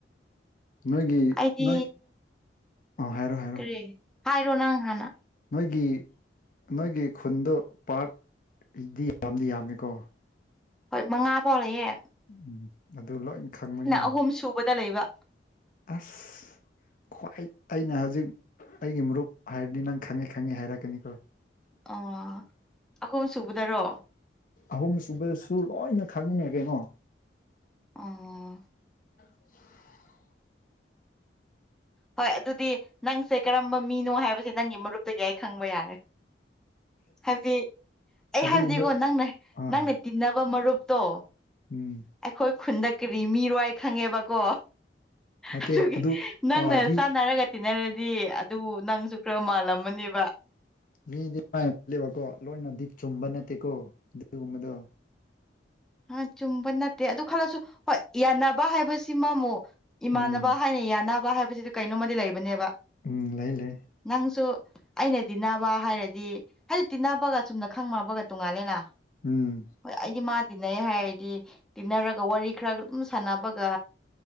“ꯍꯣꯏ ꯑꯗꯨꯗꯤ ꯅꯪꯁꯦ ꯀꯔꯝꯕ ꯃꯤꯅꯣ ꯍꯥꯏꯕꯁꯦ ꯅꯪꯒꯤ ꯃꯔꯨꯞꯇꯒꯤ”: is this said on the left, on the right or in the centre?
Centre